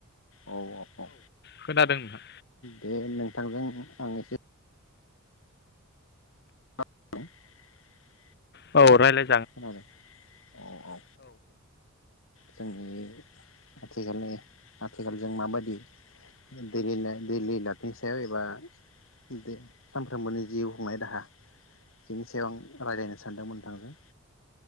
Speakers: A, on the left; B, on the left.
A: औ औ औ
B: खोनादों नोंथां
A: दे नोंथांजों आं एसे <unintelligible>
B: औ रायलाय
A: खोनादों औ औ जोंनि आथिखालनि आथिखालनि जों माबायदि दैलि लाइफ दैलि लाइफनि सायाव एबा दै सानफ्रोमबोनि जिउ खुंनाय राहा बिनि सायाव आं रायज्लायनो सानदोंमोन नों थांजों।